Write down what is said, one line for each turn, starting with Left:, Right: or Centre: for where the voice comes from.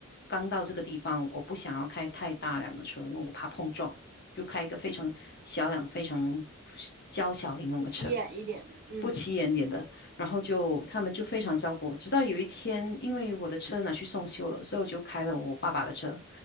Left: 刚到这个地方，我不想要开太大辆的车，因为我怕碰撞，就开一个非常小辆、非常娇小玲珑的车，
Right: 不起眼一点的，嗯
Left: 不起眼点的。然后就他们就非常照顾我，直到有一天，因为我的车拿去送修了，所以我就开了我爸爸的车，